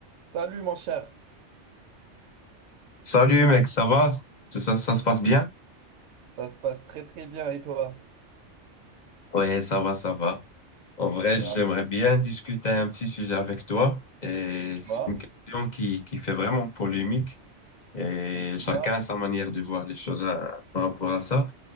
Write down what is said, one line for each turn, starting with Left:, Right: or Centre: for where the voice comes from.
Right: Salut mon cher,
Left: Salut mec, ça va? Tout ça, ça se passe bien?
Right: ça se passe très très bien et toi?
Left: Oui, ça va, ça va. En vrai,
Right: Parfait.
Left: j'aimerais bien discuter un petit sujet avec toi. Et
Right: Dis-moi,
Left: c'est une question qui, qui fait vraiment polémique. Et
Right: dis-moi.
Left: chacun a sa manière de voir les choses à- par rapport à ça.